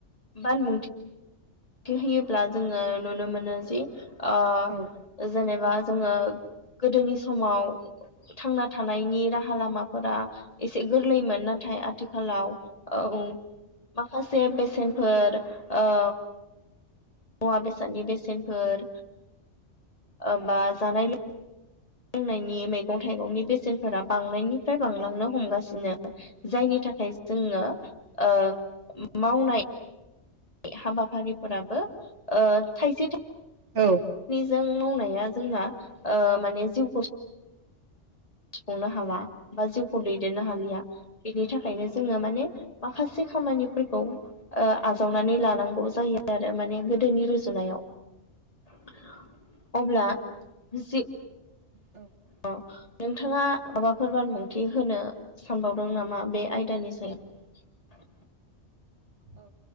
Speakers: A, on the left; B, on the right.
A: बानबुं थि होयोब्ला जोङो नुनो मोनो जि ओ
B: औ
A: जेने बा जोङो गोदोनि समाव थांना थानायनि राहा लामा फोरा एसे गोरलैमोन नाथाय आथिखालाव औ माखासे बेसेनफोर ओ मुवा बे सादनि बेसेनफोर ओ बा जानाय लों लोंनाय नि मैगं थाइगंनि बेसेन फोरा बांनायनिफ्राय बांलांनो हमगासिनो जायनि था खाय जोङो ओ मावनाय हाबाफारिफोराबो ओ थाइसे था
B: औ।
A: जों मावनाया जोंना ओ माने जिउखौ सुफुंनो हाला। बा जिउखौ दैदेननो हालिया बेनि था खायनो जोङो माने माखासे खामानिफोरखौ ओ आजावनानै लानांगौ जायो आरो माने गोदोनि रुजुनायाव। अब्ला जि
B: औ
A: औ नोंथाङा माबाफोर बानबुंथि होनो सानबावदों नामा बे आयदानि सायाव?
B: औ